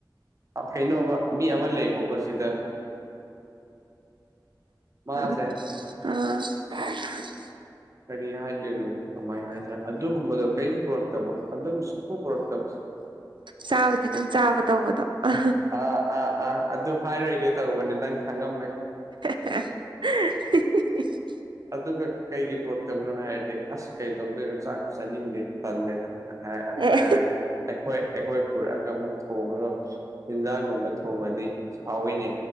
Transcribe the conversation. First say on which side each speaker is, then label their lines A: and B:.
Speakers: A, on the right; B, on the right.
A: ꯀꯩꯅꯣꯕ ꯃꯤ ꯑꯃ ꯂꯩꯕꯀꯣ ꯁꯤꯗ
B: ꯑꯥ
A: ꯃꯥꯁꯦ
B: ꯑꯥ <unintelligible>
A: ꯀꯔꯤ ꯍꯥꯏꯗꯣꯏꯅꯣ ꯀꯃꯥꯏꯅ ꯍꯥꯏꯁꯦ ꯑꯗꯨꯒꯨꯝꯕꯗꯣ ꯀꯔꯤꯁꯨ ꯄꯨꯔꯛ ꯇꯕ ꯑꯗꯨꯝ ꯁꯨꯄꯨ ꯄꯨꯔꯛꯇꯕ
B: ꯆꯥꯕꯗꯤ ꯑꯗꯨꯝ ꯆꯥꯕ ꯇꯧꯕꯗꯣ ꯍ
A: ꯑꯥ ꯑꯥ ꯑꯥ ꯑꯗꯨ ꯍꯥꯏꯔꯣꯏꯒꯦ ꯇꯧꯕꯅꯦ ꯅꯪ ꯈꯪꯉꯝꯃꯦ
B: <unintelligible>
A: ꯑꯗꯨꯒ ꯀꯩꯒꯤ ꯄꯨꯨꯔꯛꯇꯕꯅꯣ ꯍꯥꯏꯔꯗꯤ ꯑꯁ ꯀꯩꯇꯧꯗꫭꯏꯅꯣ ꯆꯥꯁꯨ ꯆꯥꯅꯤꯡꯗꯦ ꯇꯜꯂꯦꯗ ꯍꯥꯏ
B: ꯑꯦ
A: ꯍꯥꯏꯔꯛꯀꯅꯤ ꯑꯩꯈꯣꯏ ꯑꯩꯈꯣꯏ ꯄꯨꯔꯛꯑꯒ ꯑꯃꯨꯛ ꯊꯣꯡꯉꯒ ꯏꯟꯖꯥꯡꯒꯨꯝꯕ ꯊꯣꯡꯉꯗꯤ ꯍꯥꯎꯋꯤꯅꯦ